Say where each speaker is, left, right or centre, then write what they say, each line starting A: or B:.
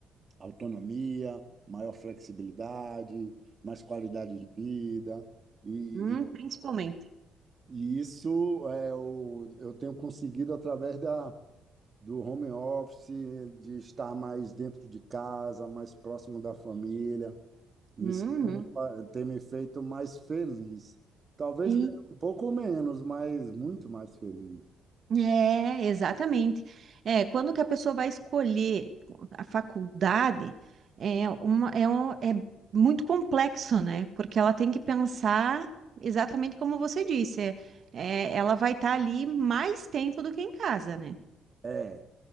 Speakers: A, on the right; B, on the right.
A: autonomia, maior flexibilidade, mais qualidade de vida. E,
B: Hum,
A: e,
B: principalmente.
A: e isso é, eu, eu tenho conseguido através da do home office, de estar mais dentro de casa, mais próximo da família. Isso
B: Uhum.
A: tem me fa- tem me feito mais feliz. Talvez
B: E,
A: ganhando um pouco menos, mas muito mais feliz.
B: é, exatamente. É, quando que a pessoa vai escolher a faculdade, é, uma, é, um, é muito complexo, né? Porque ela tem que pensar exatamente como você disse. É, é, ela vai estar ali mais tempo do que em casa, né?
A: É,